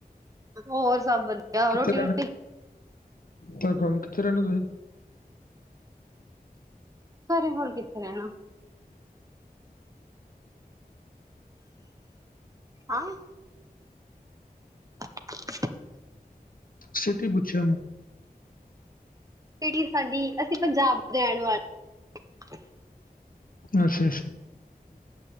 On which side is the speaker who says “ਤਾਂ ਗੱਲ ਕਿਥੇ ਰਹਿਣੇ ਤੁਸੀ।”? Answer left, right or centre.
Left